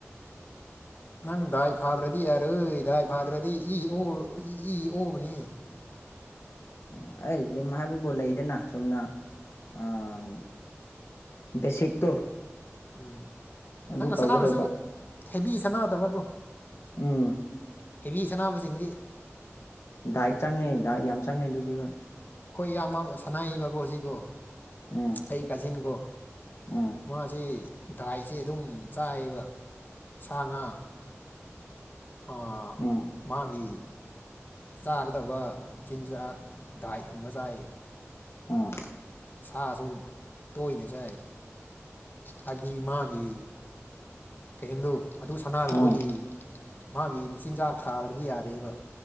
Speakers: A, on the left (about 40°); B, on the left (about 60°).
A: ꯅꯪ ꯗꯥꯏ ꯐꯥꯗ꯭ꯔꯗꯤ ꯌꯥꯔꯣꯏ ꯗꯥꯏ ꯐꯥꯗ꯭ꯔꯗꯤ ꯏ ꯑꯣ ꯏ ꯑꯣꯒꯅꯤ
B: <inaudible> ꯑꯩ ꯖꯤꯝ ꯍꯥꯏꯕꯕꯨ ꯂꯩꯗꯅꯥ ꯆꯨꯝꯅ ꯑꯝ ꯕꯦꯁꯤꯛꯇꯣ
A: ꯎꯝ
B: ꯑꯗꯨ
A: ꯅꯪꯅ
B: ꯇꯧꯒꯗꯧꯕ
A: ꯁꯥꯟꯅꯔꯁꯨ ꯍꯦꯕꯤ ꯁꯥꯟꯅꯗꯕꯀꯣ
B: ꯎꯝ
A: ꯍꯦꯕꯤ ꯁꯅꯥꯕꯁꯤꯡꯗꯤ
B: ꯗꯥꯏꯠ ꯆꯪꯉꯦ ꯗꯥꯥꯢꯠ ꯌꯥꯝ ꯆꯪꯉꯦ ꯑꯗꯨꯗꯤ ꯍꯣꯏ
A: ꯑꯈꯣꯏ ꯏꯌꯥꯝꯕ ꯑꯃ ꯁꯥꯅꯥꯌꯤꯕꯀꯣ ꯍꯨꯖꯤꯛ ꯀꯣ
B: ꯎꯝ
A: ꯑꯩ ꯀꯥꯖꯤꯟꯒꯣ
B: ꯎꯝ
A: ꯃꯥꯁꯤ ꯗꯥꯏꯁꯦ ꯑꯗꯨꯝ ꯆꯥꯏꯌꯦꯕ ꯁꯥ ꯉꯥ ꯑꯥ
B: ꯎꯝ
A: ꯃꯥꯒꯤ ꯆꯥꯒꯗꯕ ꯆꯤꯟꯖꯥꯛ ꯗꯥꯏꯠ ꯀꯨꯝꯕ ꯆꯥꯏ
B: ꯎꯝ
A: ꯁꯥꯁꯨ ꯇꯣꯏꯅ ꯆꯥꯏ ꯍꯥꯏꯕꯗꯤ ꯃꯥꯒꯤ ꯀꯩꯍꯦꯟꯗꯨ ꯑꯗꯨ ꯁꯥꯟꯅꯥꯔꯨꯕꯒꯤ
B: ꯎꯝ
A: ꯃꯥꯒꯤ ꯃꯆꯤꯟꯖꯥꯛ ꯊꯥꯗ꯭ꯔꯗꯤ ꯌꯥꯗꯦꯕ